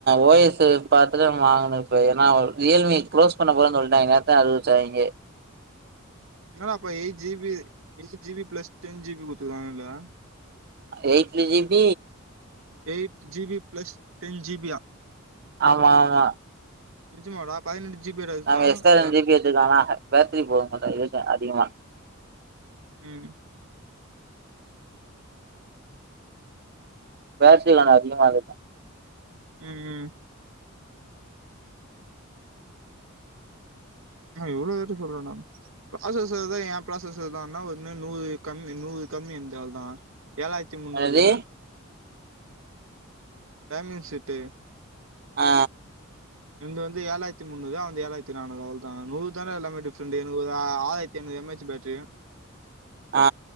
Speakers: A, on the right; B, on the right.
A: ஓ எஸ்ஸு பாத்துதா நம்ம வாங்கணு இப்ப ஏனா ரியல் மி க்ளோஸ் பண்ண போறேன் சொல்ட்டாய்ங்க நே த்தா அறிவிச்சாய்ங்க
B: என்னடா பையி G B eight G B plus ten G B குத்துருக்காங்க இதுல
A: eighty GB
B: eight GB plus ten ஜிபியா
A: ஆமா ஆமா
B: நெஜம்மாடா பதினெட்டு ஜிபியாட இருக்கு
A: நம்ம எக்ஸ்ட்ரா
B: ரேம்
A: <unintelligible> பேட்ரி <unintelligible> இருக்கு அதிகமா
B: ம்
A: பேட்ரி <unintelligible> அதிகமாருக்கு
B: ம் ம் ஆ இவ்ளோ ரேட்டு சொல்றாடா ப்ராசஸ்சு தா ஏ ப்ராசஸ்சு தான்னா ஒன்னு நூறு கம்மி நூறு கம்மி என்து அவ்ள் தா ஏழாய்ர்த்தி முந்நூறு
A: என்னது
B: டயமன்ட் செட்டு
A: ஆ
B: எந்து வந்து ஏழாயிரத்தி முந்நூறு அவந்து ஏழாயிரத்தி நானூறு அவ்ளோதா நூறு தான எல்லாமே டிஃபரண்ட் எனக்கு ஒரு ஆ ஆயி தென்னூறு எம் ஹெச் பேட்ரி
A: ஆ